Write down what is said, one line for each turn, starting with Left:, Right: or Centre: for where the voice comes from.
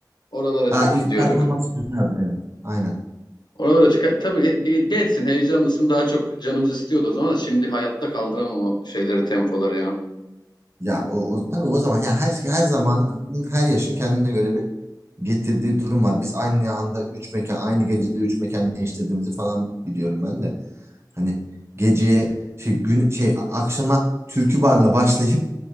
Left: oralara
Right: Ha,
Left: çok
Right: ilk
Left: gidiyorduk.
Right: performans güzeldi evet. Aynen.
Left: Oralara çıkar. Tabii ge- gençsin, heyecanlısın. Daha çok canımız istiyordu o zaman da şimdi hayatta kaldıramam o şeyleri, tempoları ya.
Right: Ya o, o tabii o zaman ya her şey, her zaman her yaşın kendine göre bir getirdiği durum var. Biz aynı anda üç mekan aynı gecede üç mekan değiştirdiğimizi falan biliyorum ben de. Hani geceye şey gün şey akşama türkü barla başlayıp